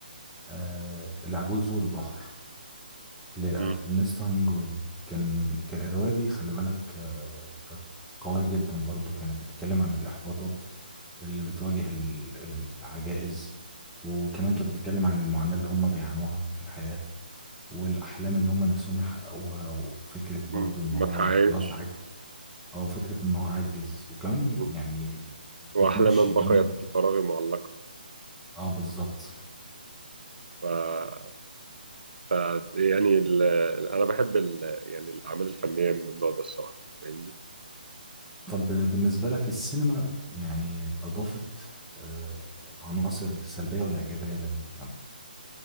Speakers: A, in the centre; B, on the right.
A: آه العجوز والبحر لأرنست
B: م-
A: هامينجواي كان كان الرواية دي خلي بالك آه كانت قوية جدا برضو كانت بتتكلم عن الإحباطات اللي بتواجه ال- العجائز وكمان كانت بتتكلم عن المعاناة اللي هم بيعانوها في الحياة والأحلام اللي هم نفسهم يحققوها وفكرة برضو
B: م-
A: إن
B: ما
A: هو
B: اتحققتش
A: خلاص عجز أو فكرة إن هو عجز وكمان
B: م.
A: يعني
B: واحلى
A: بتناقش
B: من
A: الجوانب
B: بقيت
A: ال-
B: في الفراغ معلقه
A: اه بالظبط
B: ف ف يعني ال... انا بحب ال... يعني الاعمال الفنيه من النوع ده الصراحه فاهمني
A: طب بن- بالنسبة لك السينما يعني أضافت آه، عناصر سلبية ولا إيجابية للمجتمع؟